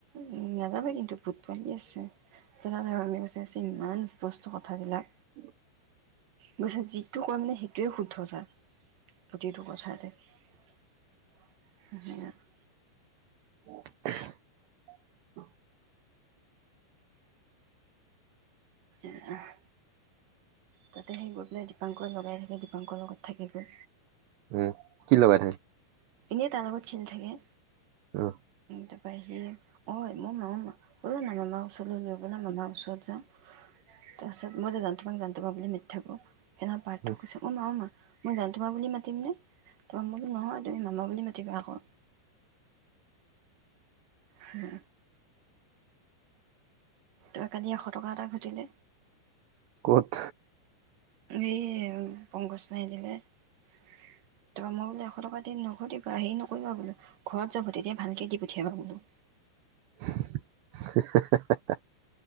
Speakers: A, on the right; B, on the right.
A: উ নেযাবি কিন্তু ভূত পোৱালী আছে, <unintelligible> কৈছে ইমান স্পষ্ট কথাবিলাক।
B: <inaudible>
A: বুইচনে যিটো কয় মানে সেটোৱে শুদ্ধ তাৰ, পতিটো কথাতে। <inaudible> হেয়া <inaudible>
B: <unintelligible>
A: এৰাহ। তাতে সেই গৈ পেলাই দীপাংকই লগাই থাকে দীপাংক লগত থাকে গৈ।
B: উম, কি লগাই থাকে?
A: এনেই তাৰ লগত খেলি থাকে।
B: অহ।
A: তাৰপা সি ঐ অ' মা অ' মা ব'লা না মামা ওচৰলৈ লৈ ব'লা, মামাৰ ওচৰত যাওঁ। তাৰপাছত মই যে <unintelligible> <unintelligible> মেট থাকো সেইদিনা পাৰ্থই
B: উম,
A: কৈছে অ' মা অ' মা। মই যান তোমাক বুলি মাতিম নে? মই বোলো নহয় তুমি মামা বুলি মাতিবা আকৌ। হো। তই কালি এশ টকা এটা ঘটিলে।
B: ক'ত?
A: এ পংকজভাই দিলে। তাৰপৰা মই বোলো এশ টকা দিম নঘটিবা হেৰি নকৰিবা বোলো, ঘৰত যাব তেতিয়া ভালকে দি পঠিয়াবা বোলো।
B: হে-হে-হে